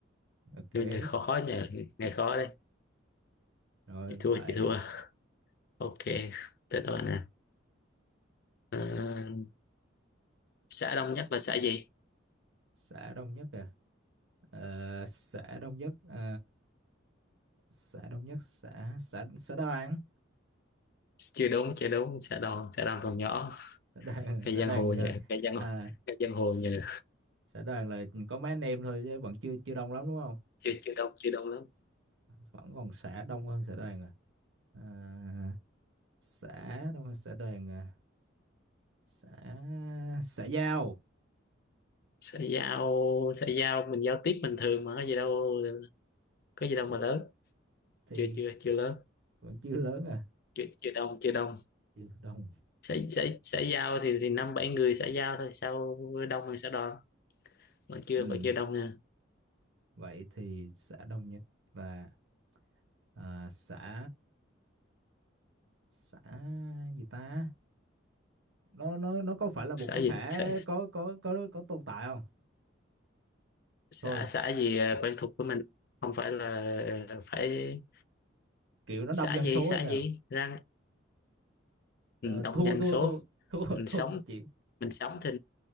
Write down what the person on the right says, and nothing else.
ok
rồi
lại
xã đông nhất à Ờ, xã đông nhất à, xã Đông Nhất xã xã xã Đoàn
xã Đoàn,
<laughs> xã
đoàn
ờ,
à,
xã Đoàn là có mấy anh em thôi chứ vẫn chưa chưa đông lắm đúng không
vẫn còn xã đông hơn xã Đoàn à, à xã đông hơn xã Đoàn à xã xã Giao
thì
thì
vẫn chưa lớn à
chưa đông
ừ.
vậy thì xã Đông Nhất là à, xã xã gì ta nó nó nó có phải là một
cái xã
có có có có tồn tại không thôi
kiểu nó
đông dân
số
hay sao
ờ,
thua
thua
thua thua <laughs>
thua
chịu